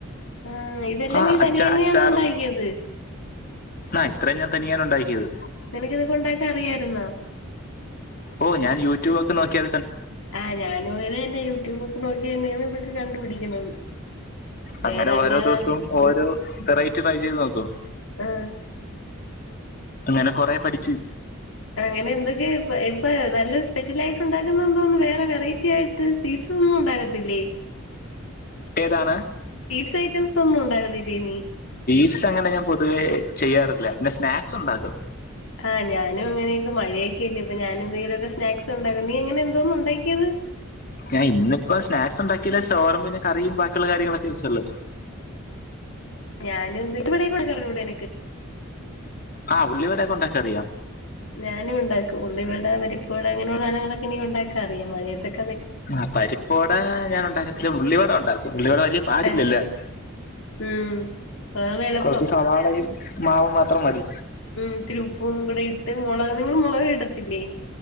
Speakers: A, on the left (about 70°); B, on the left (about 45°).
A: ആഹ് ഇതെല്ലാം
B: ആഹ
A: നീ
B: അച്ച
A: തനിയെ തന്നെയാണോ
B: അച്ചാറും
A: ഉണ്ടാക്കിയത്
B: ആ ഇത്രയും ഞാൻ തനിയാണ് ഉണ്ടാക്കിയത്
A: നിനകിത് ഉണ്ടാകാനൊക്കെ അറിയാരുന്നാ
B: ഓ ഞാൻ യട്യൂബ് ഒക്കെ നോകിയാ
A: ആഹ് ഞാനും ഇങ്ങനെന്നെ യൂട്യൂബ് ഒക്കെ നോക്കി തന്നെയാണ് ഇതൊക്കെ കണ്ടുപിടിക്കുന്നത് <inaudible> വേറെ
B: അങ്ങനെ
A: അല്ലാതെ
B: ഓരോ ദിവസവും
A: അറി
B: ഓരോ വെറൈറ്റി ട്രൈ ചെയ്ത് നോക്കൂ <inaudible>
A: ആഹ്
B: അങ്ങനെ കൊറെ പഠിച്ചു <inaudible>
A: അങ്ങനെ എന്തൊക്കെയ <unintelligible> അപ്പ നല്ല സ്പെഷ്യൽ ആയിട്ട് ഉണ്ടാക്കുന്ന എന്തോന്ന് വേറെ വെറൈറ്റി ആയിട്ട് സ്വീറ്റ്സ് ഒന്നും ഉണ്ടാക്കത്തില്ലേ
B: <inaudible> ഏതാണ് <inaudible>
A: സ്വീറ്റ്സ് ഐറ്റം ഒന്നും ഉണ്ടാക്കതില്ലേ നീ <inaudible>
B: സ്വീറ്റ്സ് അങ്ങനെ ഞാൻ പൊതുവേ ചെയ്യാറില്ല പിന്നെ സ്നാക്സ് ഉണ്ടാക്കും
A: ആഹ് ഞാനും അങ്ങനെയൊക്കെ മഴയൊക്കെല്ലേ അപ്പൊ ഞാനും എന്തെങ്കിലുമൊക്കെ സ്നാക്സ് ഉണ്ടാക്കും നീ അങ്ങനെ <unintelligible> <inaudible>
B: ഞാൻ ഇന്നിപ്പോം സ്നാക്സ് ഉണ്ടാക്കില്ല ചോറും പിന്നെ കറിയും ബാക്കിയുള്ള കാര്യങ്ങളൊക്കെ വെച്ചല്ലോ
A: ഞാന് <unintelligible> <inaudible>
B: ആ ഉള്ളിവടയൊക്കെ ഇണ്ടാക്കാൻ അറിയാം
A: ഞാനും ഉണ്ടാക്കും ഉള്ളിവട പരിപ്പുവട അങ്ങനെയുള്ള സാധനങ്ങളൊക്കെ എനിക്ക് ഉണ്ടാക്കാൻ അറിയാം മഴയതൊക്കെ
B: ആ പരിപ്പുവട ഞാൻ ഉണ്ടാക്കത്തില്ല ഉള്ളി വട ഉണ്ടാക്കും ഉള്ളി വട വലിയ പാടില്ലല്ലോ
A: ഏഹ്
B: <inaudible>
A: ഉം അതാണ് എളുപ്പം
B: കൊറച്ച് സവാളായും മാവും മാത്രം മതി.
A: ഇത്തിരി ഉപ്പും കൂടെ ഇട്ട്, മുളകും നിങ്ങള് മുളക് ഇടത്തില്ലേ.